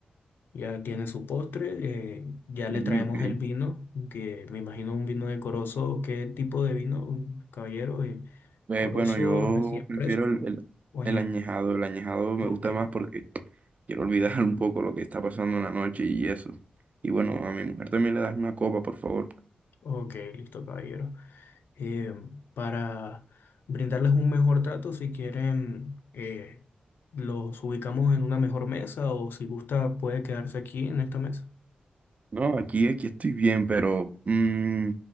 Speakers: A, on the left; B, on the right.
A: ya tiene su postre. eh, ya
B: Ok,
A: le traemos
B: ok.
A: el vino, que me imagino un vino de Corozo. ¿Qué tipo de vino, caballero? Eh,
B: Eh,
A: ¿Corozo
B: bueno, yo
A: recién
B: prefiero
A: fresco
B: el, el,
A: o añejo?
B: el añejado. El añejado me
A: Ok,
B: gusta más porque quiero olvidar <laughs> un poco lo que está pasando en la noche y eso. Y bueno, a mi mujer también le das una copa, por favor.
A: ok, listo, caballero. Eh, para brindarles un mejor trato, si quieren, eh, los ubicamos en una mejor mesa o si gusta, puede quedarse aquí en esta mesa.
B: No, aquí, aquí estoy bien, pero mm,